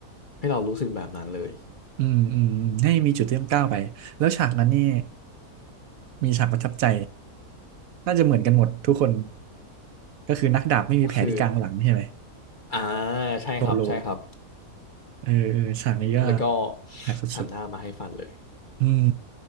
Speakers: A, on the left (about 40°); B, on the right (about 70°).
A: ให้เรารู้สึกแบบนั้นเลย
B: อืมอืมอืมให้มีจุดที่ต้องก้าวไปแล้วฉากนั้นนี่มีฉากประทับใจ น่าจะเหมือนกันหมดทุกคนก็คือนักดาบไม่มีแผลที่กลางหลังใช่ไหม
A: ก็คืออ่าใช่ครับใช่ครับ
B: โซโลเออเออฉากนี้ก็
A: แล้วก็
B: แผลกสุด
A: หันหน้ามาให้ฟันเลย
B: ๆอืม